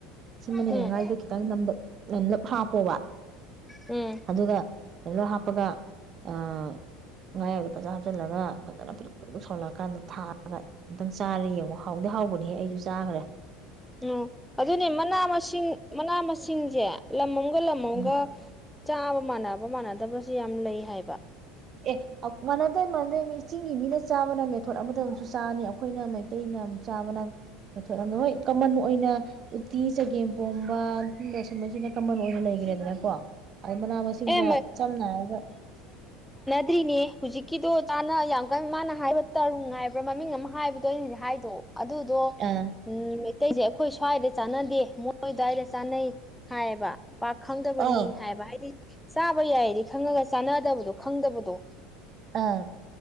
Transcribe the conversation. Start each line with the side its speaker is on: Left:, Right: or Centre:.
Right: ꯁꯤꯃꯅꯤꯅ
Centre: ꯎꯝ
Right: ꯉꯥꯏꯗꯣ ꯈꯤꯇꯪ ꯅꯝꯂꯞ ꯅꯝꯂꯞ ꯍꯥꯥꯄꯣꯕ
Centre: ꯎꯝ
Right: ꯑꯗꯨꯒ ꯂꯂ ꯍꯥꯞꯄꯒ ꯑꯥ ꯉꯥ ꯌꯥꯏꯕꯗꯣ ꯐꯖ ꯍꯥꯞꯆꯤꯜꯂꯒ ꯐꯖꯅ ꯐꯤꯗꯤꯛ ꯐꯤꯛ ꯁꯧꯍꯜꯂꯛꯑꯀꯥꯟꯗ ꯊꯥꯔꯒ ꯑꯝꯇꯪ ꯆꯥꯔꯥ ꯌꯦꯡꯉꯣ ꯍꯥꯎꯗꯤ ꯍꯥꯎꯕꯅꯦꯍꯦ ꯑꯩꯖꯨ ꯆꯥꯒꯔꯦ
Centre: ꯑꯣ ꯑꯗꯨꯅꯦ ꯃꯅꯥ ꯃꯁꯤꯡ ꯃꯅꯥ ꯃꯁꯤꯡꯖꯦ ꯂꯝ ꯑꯃꯝꯒ ꯂꯝ ꯑꯃꯝꯒ
Right: ꯎꯝ
Centre: ꯆꯥꯕ ꯃꯥꯟꯅꯕ ꯃꯥꯟꯅꯗꯕꯖꯦ ꯌꯥꯝ ꯂꯩ ꯍꯥꯏꯕ
Right: ꯑꯦ ꯃꯥꯟꯅꯗꯦ ꯃꯥꯟꯅꯗꯦ ꯃꯤ ꯆꯤꯡꯒꯤ ꯃꯤꯅ ꯆꯥꯕꯅ ꯃꯦꯊꯣꯠ ꯑꯃꯗ ꯑꯃꯨꯛꯁꯨ ꯆꯥꯅꯤ ꯑꯈꯣꯏꯅ ꯃꯩꯇꯩꯅ ꯑꯃꯨꯛ ꯆꯥꯕꯅ ꯃꯦꯊꯣꯠ ꯑꯃꯗ ꯍꯣꯏ ꯀꯃꯟ ꯑꯣꯏꯅ ꯎꯇꯤ ꯆꯒꯦꯝꯄꯣꯝꯕ ꯑꯗꯨꯝꯕ ꯁꯨꯝꯕꯁꯤꯅ ꯀꯃꯟ ꯑꯣꯏꯅ ꯂꯩꯒ꯭ꯔꯦꯗꯅꯀꯣ ꯑꯩ ꯃꯅꯥ ꯃꯁꯤꯡꯗ
Centre: ꯑꯦ
Right: ꯆꯝꯅ ꯍꯥꯏꯔꯒ
Centre: ꯇ꯭ꯔꯤꯅꯦ ꯍꯧꯖꯤꯛꯀꯤꯗꯣ ꯇꯥꯅ ꯌꯥꯝ ꯀꯟꯅ ꯃꯥꯅ ꯍꯥꯏꯕ ꯇꯔꯨꯡ ꯍꯥꯏꯕ꯭ꯔꯥ ꯃꯃꯤꯡ ꯑꯃ ꯍꯥꯏꯕꯗꯣ ꯑꯩꯅ ꯍꯧꯖꯤꯛ ꯍꯥꯏꯗꯣ ꯑꯗꯨꯗꯣ
Right: ꯑꯥ
Centre: ꯎꯝ ꯃꯩꯇꯩꯁꯦ ꯑꯩꯈꯣꯏ ꯁ꯭ꯋꯥꯏꯗ ꯆꯥꯟꯅꯗꯦ ꯃꯣꯏ ꯗꯥꯏꯗ ꯆꯥꯅꯩ ꯍꯥꯏꯌꯦꯕ ꯄꯥꯛ ꯈꯪꯗꯕꯅꯤ
Right: ꯑꯥ
Centre: ꯍꯥꯏꯕ ꯍꯥꯏꯗꯤ ꯆꯥꯕ ꯌꯥꯏꯗꯤ ꯈꯪꯉꯒ ꯆꯥꯅꯗꯕꯗꯣ ꯈꯪꯗꯕꯗꯣ
Right: ꯑꯥ